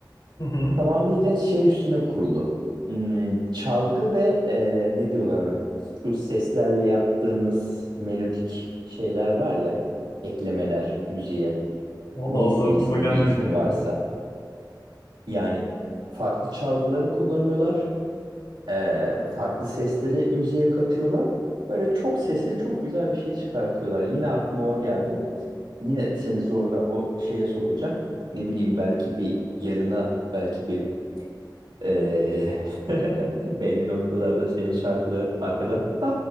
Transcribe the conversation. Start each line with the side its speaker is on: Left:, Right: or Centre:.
Left: Hı hı.
Right: Tamamıyla şey üstüne kurulu. Hmm, çalgı ve e, ne diyorlar ona? Şu seslerle yaptığınız melodik şeyler var ya eklemeler müziğe.
Left: Valla
Right: Neyse
Left: o da aklıma
Right: ismi
Left: gelmedi
Right: bir ismi
Left: ya.
Right: varsa. Yani farklı çalgıları kullanıyorlar. e, farklı sesleri müziğe katıyorlar. Böyle çok sesli çok güzel bir şey çıkartıyorlar. Yine aklıma o geldi. Yine seni zorla o şeye sokacağım. Ne bileyim belki bir yanına belki bir e, <laughs> belli noktalarda senin şarkılara arkada ha